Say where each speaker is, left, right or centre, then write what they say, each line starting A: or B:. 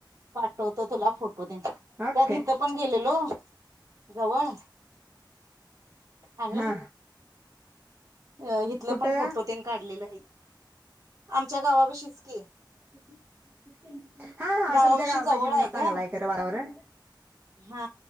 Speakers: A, on the right; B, on the right.
A: पाठवत तुला फोटो तो त्याच्या त
B: ओके
A: त्या इथ पण गेलेलो जवळ आणि
B: हा
A: अ हथलं
B: कुठं
A: पण फोटो त्यांनी काढलेला आहे आमच्या गावा पाशिचकी
B: <unintelligible> हा
A: गावापशी
B: तुमच्या गावापाशी
A: जवळ
B: पण
A: आहे
B: चांगला
A: का
B: खरं वातावरण
A: हा